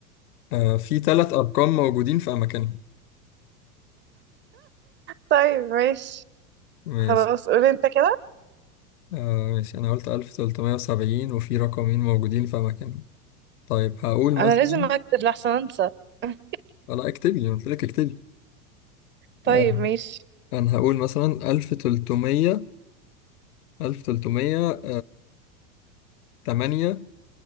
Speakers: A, on the left (about 75°); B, on the right (about 25°).
A: آه في تلات أرقام موجودين في أماكنهم
B: طيب ماشي
A: ماشي
B: خلاص قول انت كده
A: آه ماشي أنا قلت 1370 وفي رقمين موجودين في مكانهم طيب هقول مثلا
B: انا لازم اكتب لحسن انسى <laughs>
A: أنا اكتبي أنا قلت لك اكتبي
B: طيب
A: آه
B: ماشي
A: أنا هقول مثلا 1300 1300 تمانية